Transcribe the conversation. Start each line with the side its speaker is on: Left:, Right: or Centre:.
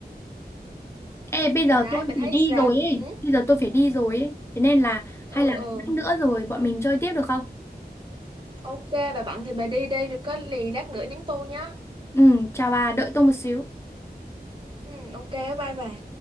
Left: Ê, bây giờ
Right: Rồi đấy,
Left: tôi
Right: bà
Left: phải
Right: thấy
Left: đi
Right: sao?
Left: rồi ấy.
Right: Ừ,
Left: Bây giờ tôi phải đi rồi ấy. Thế nên là
Right: ừ,
Left: hay là
Right: ừ.
Left: lát nữa rồi bọn mình chơi tiếp được không?
Right: Ok, bà bận thì bà đi đi, rồi có lì lát nữa nhắn tôi nhá.
Left: Ừ, chào bà, đợi tôi một xíu.
Right: Ừ, ok, bye bà.